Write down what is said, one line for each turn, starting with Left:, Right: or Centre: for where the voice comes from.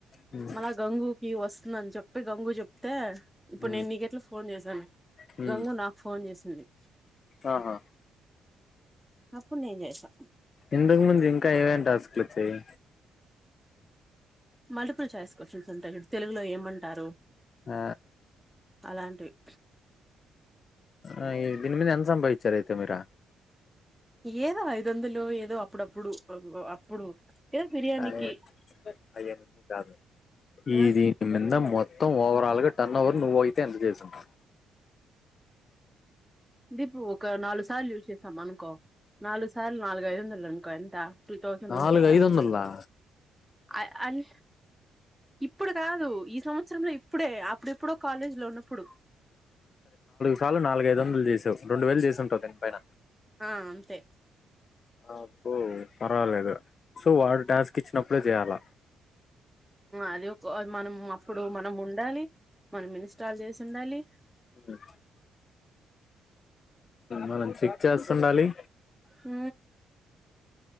Left: హ్మ్
Centre: మల గంగూకి వస్ నన్ చెప్పి గంగు చెప్తే ఇప్పుడు
Left: హ్మ్
Centre: నేను నీకెట్లా ఫోన్ చేశాను
Left: హ్మ్
Centre: గంగు నాకు ఫోన్ చేసి తుంది
Left: ఆహా
Centre: అప్పుడు నేను చేసా
Left: ఇందుకు ముందు ఇంకా ఏమేం టాస్క్ లు వచ్చాయి
Centre: మల్టిపుల్ చాయిస్ క్వశ్చన్స్ ఉంటాయి చూడు తెలుగులో ఏమంటారు
Left: ఆ
Centre: అలాంటివి
Left: అక్కడ ఇది దీని మీద ఎంత సంపాదించారు అయితే మీరు
Centre: ఏదో ఐదు వందలు ఏదో అప్పుడప్పుడు అప్ అప్పుడు ఏదో బిర్యానీకి
Left: అదే <unintelligible> ఈది
Centre: ఆ
Left: అయిన మొత్ త్తం ఓవరాల్ గా టర్న్ ఓవర్ నువ్వ అయితే ఎంత చేసావ్
Centre: దీప్పు ఒక నాలుగు సార్లు చూసే సప్ అనుకో నాలుగు సార్లు నాలుగు ఐదు వందలు అనుకో ఎంత టూ థౌసండ్
Left: నాలుగు
Centre: అంతే అంత
Left: ఐదు వందలా
Centre: ఆయా అన్ ఇప్పుడు కాదు ఈ సంవత్సరంలో ఇప్ ఇప్పుడే అప్పుడేప్పుడుో కాలేజీ లో ఉన్నప్పుడు
Left: చాలు నాలుగ ఐదు వందలు చేసావు రెండు వేలు చేసి ఉంటావు దీనిపైన
Centre: ఆ అంతే
Left: ఆ ఓ పర్వాలేదు సో వాడు టాస్క్ ఇచ్చినప్పుడే చేయాలా
Centre: అది ఒక మనం అప్పుడు మనం ఉండాలి మనం ఇన్స్టాల్ చేసి ఉండాలి
Left: అ మనం చెక్ చేస్తుండాలి
Centre: హ